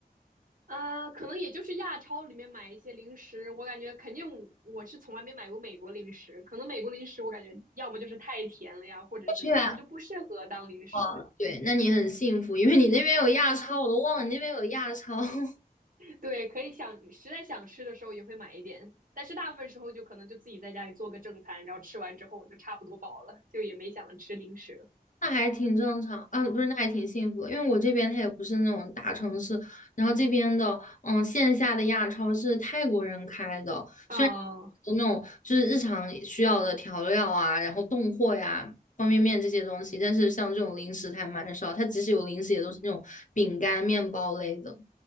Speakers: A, on the right; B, on the left.
A: 呃，可能也就是亚超里面买一些零食，我感觉肯定我我是从来没买过美国零食，可能美国零食我感觉要么就是太甜了呀，或者是反正就不适合当零食。
B: 是啊，哦，对，那你很幸福，因为你那边有亚超，我都忘了你那边有亚超。<laughs>
A: 对，可以想实在想吃的时候也会买一点，但是大部分时候就可能就自己在家里做个正餐，然后吃完之后我就差不多饱了，就也没想着吃零食了。
B: 那还挺正常，啊，不是，那还挺幸福的，因为我这边它也不是那种大城市，然后这边的，嗯，线下的亚超是泰国人开的，
A: 哦，
B: 虽然有那种就是日常需要的调料啊，然后冻货呀、方便面这些东西，但是像这种零食还蛮少，它即使有零食也都是那种饼干、面包类的，